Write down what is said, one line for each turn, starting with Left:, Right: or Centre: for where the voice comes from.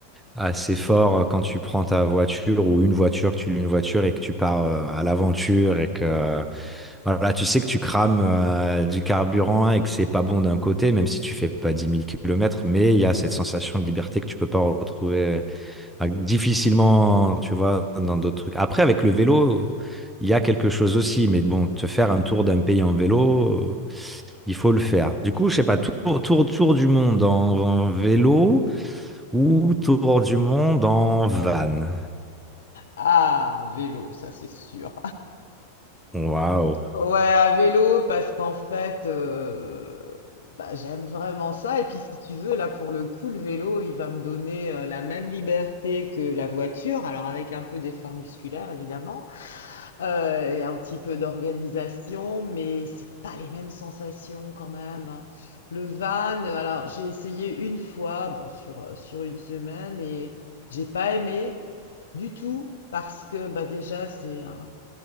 Centre: assez fort euh, quand tu prends ta voiture ou une voiture, que tu loues une voiture et que tu pars euh, à l'aventure et que, voilà, tu sais que tu crames euh, du carburant et que c'est pas bon d'un côté, même si tu fais pas dix mille kilomètres, mais il y a cette
Left: Mm.
Centre: sensation de liberté que tu peux pas retrouver ah, Difficilement, tu vois, dans d'autres trucs. Après, avec le vélo, il y a quelque chose aussi, mais bon, te faire un tour d'un pays en vélo, euh, il faut le faire. Du coup, je sais pas, tour, tour, tour du monde en, en vélo ou tour du monde en van.
Left: Ah, vélo, ça c'est sûr.
Centre: Waouh.
Left: Ouais, à vélo, parce qu'en fait, euh, bah, j'aime vraiment ça. Et puis, si tu veux, là, pour le coup, le vélo, il va me donner euh, la même liberté que la voiture, alors avec un peu d'effort musculaire, évidemment, euh, et un petit peu d'organisation, mais c'est pas les mêmes sensations quand même. Le van, euh, alors j'ai essayé une fois, bon, sur, euh, sur une semaine, et j'ai pas aimé du tout, parce que bah, déjà, c'est un